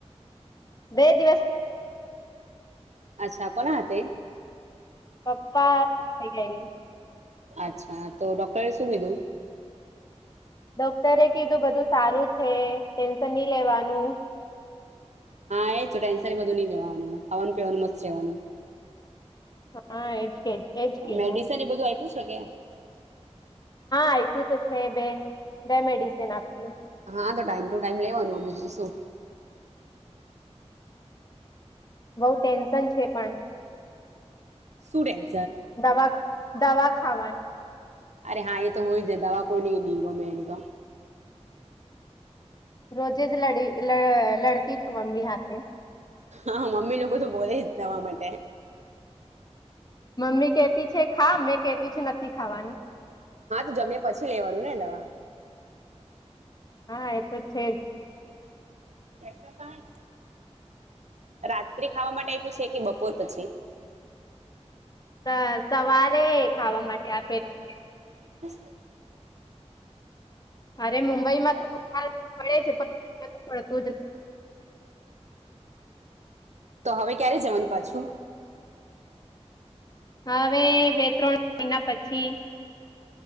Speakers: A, on the left (about 35°); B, on the right (about 85°).
A: બે દિવસ
B: અચ્છા કોના હાથે?
A: પપ્પા થઈ ગયેલી
B: અચ્છા તો ડોક્ટરે શું કીધું?
A: ડોક્ટરે કીધું બધું સારું છે ટેન્શન ની લેવાનું
B: હા એ જ છ ટેન્શન એ બધું ની લેવાનું ખાવાનું પીવાનું મસ્ત રહેવાનું
A: હા એજ કે એજ કીધુ
B: મેડિસન એ બધું આપ્યું છે કે
A: આપ્યું તો છે બે બે મેડિસિન આપલી
B: હા તો ટાઈમ ટુ ટાઈમ લેવાનું બીજું શું
A: બઉ ટેન્શન છે પણ
B: શુ ટેન
A: દવા ખ દવા ખાવાની
B: અરે હા એ તો હોય જ છે દવા કોઈ ને ની ગમે એમ તો.
A: રોજે જ લડી લ લડતી છું એમની હાથે.
B: હા મમ્મી લોકો તો બોલે જ દવા માટે.
A: મમ્મી કેતી છે ખા, મેં કેતી છે નથી ખાવાની.
B: હા તો જમ્યા પછી લેવાનું ને દવા
A: હા એતો છે જ.
B: છે તો તાં જ રાત્રે ખાવા માટે આયપુ છે કે બપોર પછી?
A: સ સવારે ખાવા માટે આપેલું.
B: <unintelligible>
A: અરે મુંબઇમાં તો વરસાદ પડે છે પણ અઈયા તો પડતો જ
B: તો હવે ક્યારે જવાનું પાછું?
A: હવે બે ત્રણ મહિના પછી